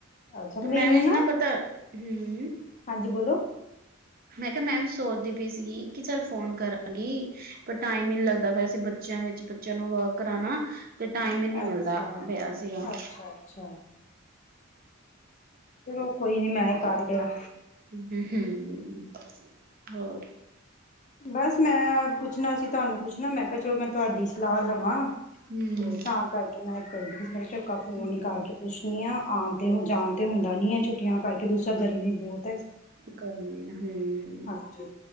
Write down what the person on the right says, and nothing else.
ਤੇ,
ਮੈਂ ਵੀ ਨਾ ਪਤਾ ਹੂੰ।
ਮੈਂ ਕੇਆ ਮੈਂ ਵੀ ਸੋਚਦੀ ਪਈ ਸੀਗੀ ਕਿ ਚੱਲ ਫੋਨ ਕਰਾਂਗੀ। ਪਰ ਟਾਈਮ ਈ ਨੀ ਲੱਗਦਾ ਪਿਆ ਸੀਂ ਬੱਚੇਆਂ ਵਿੱਚ ਬੱਚੇਆਂ ਨੂੰ ਵਰਕ ਕਰਾਨਾ ਤੇ ਟਾਈਮ ਈ ਨੀ
ਮਿਲਦਾ ਪੇਆ ਸੀਗਾ ਹੂੰ।
ਹੂੰ। ਹੋਰ
ਹੂੰ
ਹੂੰ
ਗਰਮੀ ਹਮ,